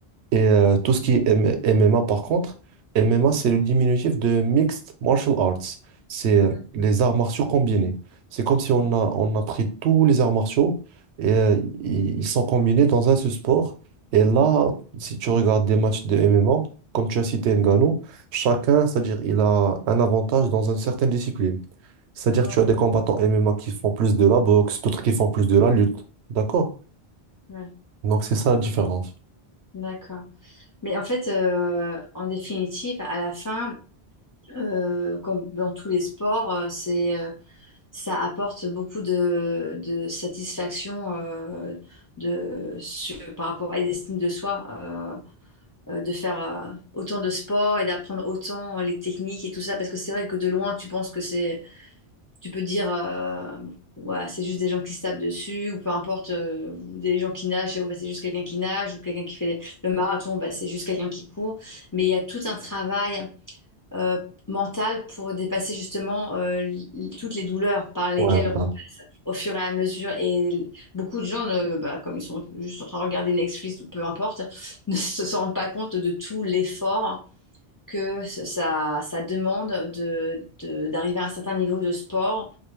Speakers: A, on the right (about 85°); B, on the left (about 30°).
A: Et euh, tout ce qui est M- MMA, par contre, MMA, c'est le diminutif de Mixed Martial Arts. C'est
B: Mhm.
A: euh, les arts martiaux combinés. C'est comme si on
B: Ouais,
A: a, on a pris tous les arts martiaux et euh, i- ils sont combinés dans un seul sport. Et là, si tu regardes des matchs de MMA, comme tu as cité Ngannou, chacun, c'est-à-dire, il a un avantage dans une certaine discipline. C'est-à-dire,
B: ouais,
A: tu as des combattants MMA qui font plus de la boxe, d'autres qui font plus de la lutte. D'accord?
B: ouais.
A: Donc, c'est ça la différence.
B: d'accord. Mais en fait, euh, en définitive, à la fin, euh, comme dans tous les sports, euh, c'est, euh, ça apporte beaucoup de, de satisfaction euh, de, sur- par rapport à l'estime de soi, euh, euh, de faire euh, autant de sport et d'apprendre autant les techniques et tout ça, parce que c'est vrai que de loin, tu penses que c'est Tu peux dire, euh, bon, voilà, c'est juste des gens qui se tapent dessus, ou peu importe, euh, ou des gens qui nagent, euh, bah, c'est juste quelqu'un qui nage, ou quelqu'un qui fait le marathon, bah, c'est juste quelqu'un qui court. Mais il y a tout un travail euh, mental pour dépasser justement euh, l- toutes les douleurs par lesquelles
A: Ouais, voilà.
B: on passe au fur et à mesure. Et beaucoup de gens, ne- bah, comme ils sont juste en train de regarder Netflix ou peu importe, <laughs> ne se rendent pas compte de tout l'effort que ça, ça demande de, de- d'arriver à un certain niveau de sport